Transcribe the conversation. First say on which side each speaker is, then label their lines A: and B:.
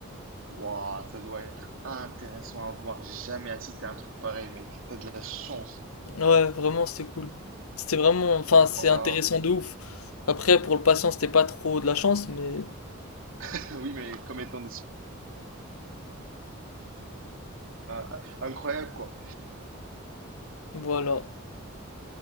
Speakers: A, on the right; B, on the left.
A: Waouh, ça doit être intéressant à voir. J'ai jamais assisté à un truc pareil, mec. T'as de la chance.
B: Ouais, vraiment, c'était cool. C'était vraiment, enfin, c'est
A: Waouh.
B: intéressant de ouf. Après, pour le patient, c'était pas trop de la chance, mais
A: <laughs> Oui, mais comme étant des... euh, incroyable, quoi.
B: voilà.